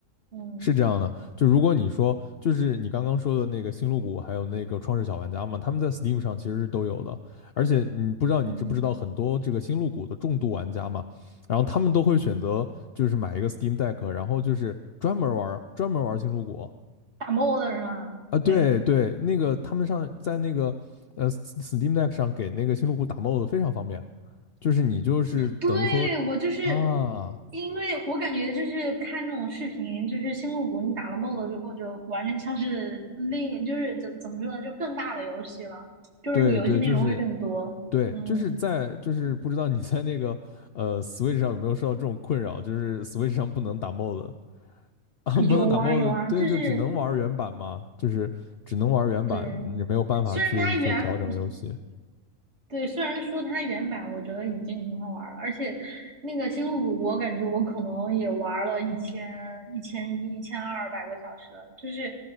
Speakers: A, on the right (about 50°); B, on the left (about 60°).
A: 嗯
B: 是这样的，就如果你说，就是你刚刚说的那个星露谷，还有那个创世小玩家嘛，他们在 Steam 上其实是都有的。而且你不知道你知不知道，
A: 嗯，
B: 很多这个星露谷的重度玩家嘛，然后他们都会选择就是买一个 Steam Deck，然后就是专门玩专门玩星露谷
A: 打 mod 是吗？
B: 啊。对对，
A: 对，
B: 那个他们上在那个呃 Steam Deck 上给那个星露谷打 mod 非常方便，就是你就是等于说
A: 对，我就是
B: 啊，
A: 因为我感觉就是看这种视频，就是星露谷，你打了 MOD 之后，就完全像是另就是怎怎么说呢，就更大的游戏了，就是你游戏内容会更多。
B: 对对，就是对，
A: 嗯，
B: 就是在就是不知道你在那个呃 Switch 上有没有受到这种困扰，就是 Switch 上不能打 mod 啊，<laughs>
A: 有啊有啊，
B: 不能打 mod，对，
A: 就是
B: 就只能玩原版嘛，就是只能玩原版，
A: 对，
B: 你没有办法去说调整游戏。
A: 虽然它原对，虽然说它原版我觉得已经很好玩了，而且那个星露谷，我感觉我可能也玩了一千、一千一、一千二百个小时了。就是